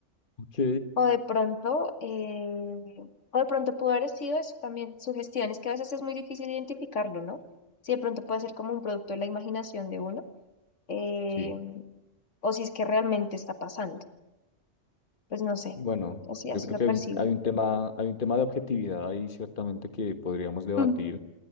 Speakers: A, on the left (about 45°); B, on the left (about 80°).
A: Ok,
B: O de pronto, eh, o de pronto pudo haber sido eso también, sugestiones, que a veces es muy difícil identificarlo, ¿no? Si de pronto puede ser como un producto de la imaginación de uno, eh,
A: sí.
B: o si es que realmente está pasando. Pues no sé,
A: Bueno,
B: así,
A: yo
B: así
A: creo
B: lo
A: que
B: percibo.
A: hay un, hay un tema, hay un tema de objetividad ahí ciertamente que podríamos debatir
B: <laughs>